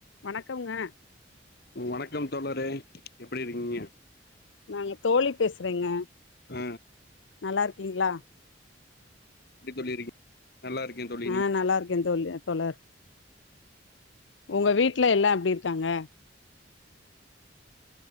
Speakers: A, on the left; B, on the left.
A: வணக்கம்ங்க
B: வணக்கம் தோழரே எப்டி இருக்கீங்க
A: நாங்க தோழி பேசுறேங்க
B: ஆ
A: நல்லா இருக்கீங்களா
B: எப்டி தோழி இருக்கீங் நல்லா இருக்கேன் தோழி
A: ஆ
B: நீ
A: நல்லா இருக்கே தோழி அ தோழர் உங்க வீட்ல எல்லா எப்டி இருக்காங்க